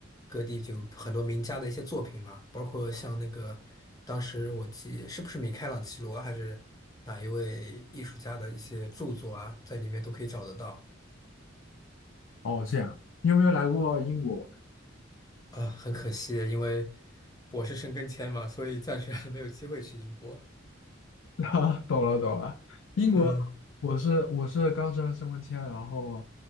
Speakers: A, on the left; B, on the left.
A: 各地就很多名家的一些作品嘛，包括像那个当时我记是不是米开朗基罗还是哪一位艺术家的一些著作啊，在里面都可以找得到。
B: 哦，这样，你有没有来过英国玩？
A: 啊，很可惜，因为我是申根签嘛，所以暂时还没有机会去英国。
B: <laughs> 啊，懂了懂了，英国，
A: 嗯，
B: 我是我是刚申申根签，然后